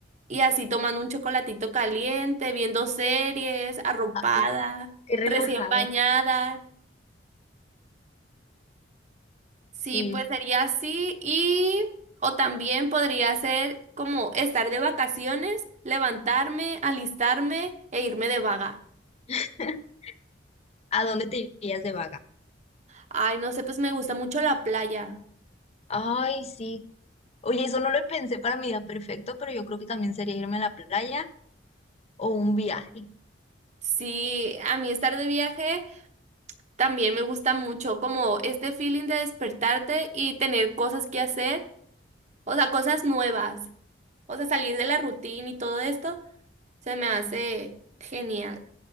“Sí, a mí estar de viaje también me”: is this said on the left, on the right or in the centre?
Right